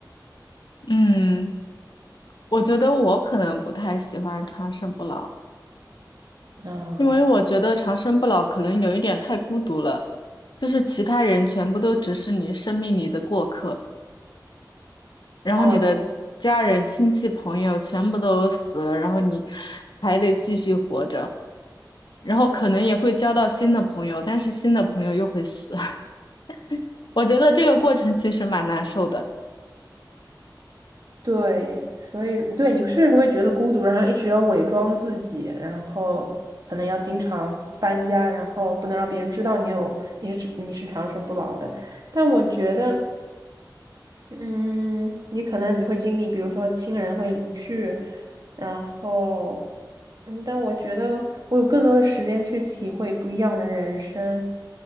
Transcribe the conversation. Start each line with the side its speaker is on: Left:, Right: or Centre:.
Left: 嗯，我觉得我可能不太喜欢长生不老，
Right: 嗯，
Left: 因为我觉得长生不老可能有一点太孤独了，就是其他人全部都只是你生命里的过客。然后你的家人、
Right: 哦，对
Left: 亲戚、朋友全部都死了，然后你还得继续活着。然后可能也会交到新的朋友，但是新的朋友又会死。<laughs> 我觉得这个过程其实蛮难受的，
Right: 对，所以对你是会觉得孤独，然后一直要伪装自己，然后可能要经常搬家，然后不能让别人知道你有你是你是长生不老的，但我觉得。嗯，你可能你会经历，比如说亲人会离去，然后，嗯，但我觉得我有更多的时间去体会不一样的人生，